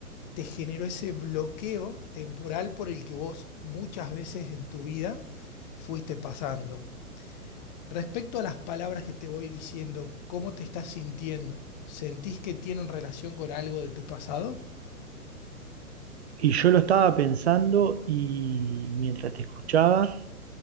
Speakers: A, on the left (about 30°); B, on the right (about 45°).
A: te generó ese bloqueo temporal por el que vos muchas veces en tu vida fuiste pasando. Respecto a las palabras que te voy diciendo, ¿cómo te estás sintiendo? ¿Sentís que tienen relación con algo de tu pasado?
B: Y yo lo estaba pensando y mientras te escuchaba,